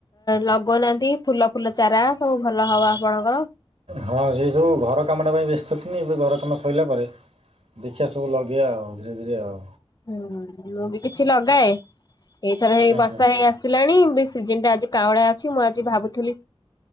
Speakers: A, on the left; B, on the right.
A: ଲଗଉନାହାନ୍ତି ଫୁଲ ଫୁଲ ଚାରା ସବୁ ଭଲ ହବ ଆପଣଙ୍କର
B: ହଁ ସେ ସବୁ ଘର କାମଟା ପାଇଁ ବ୍ୟସ୍ତ ଥିନି ଏବେ ଘର କାମ ସଇଲା ପରେ ଦେଖିବା ସବୁ ଲଗେଇବା ଆଉ ଧୀରେ ଧୀରେ ଆଉ
A: ହୁଁ ମୁଁ ବି କିଛି ଲଗାଏ ଏଇଥର ହେଇ
B: ଆଚ୍ଛା
A: ବର୍ଷା ହେଇ ଆସିଲାଣି ସିଜନ ଟା ଆଜି କାଉଳା କିଛି ମୁଁ ଆଜି ଭାବୁଥିଲି